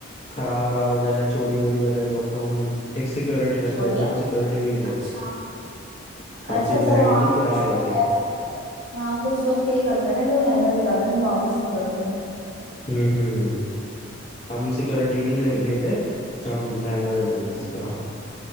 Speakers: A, on the left; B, on the right.
A: खराब वराब हो जाए या चोरी वोरी कर रहे हैं लोग तो हम एक सिक्योरिटी रख
B: सॉरी
A: लेते हैं हम सिक्योरिटी भी नहीं लेते
B: अच्छा
A: हम
B: अच्छा
A: सिर्फ
B: अच्छा
A: लहंगे
B: वहाँ
A: की किराया
B: कुछ
A: लेते
B: लोग
A: हैं
B: ऐसे हाँ कुछ लोग ये करते हैं ना कि वो लहंगा ले जाते हैं फिर वापस नहीं करते
A: हम्म हम्म हम्म हम सिक्योरिटी नहीं ले, लेते हम लहंगा दे देते हैं सीधा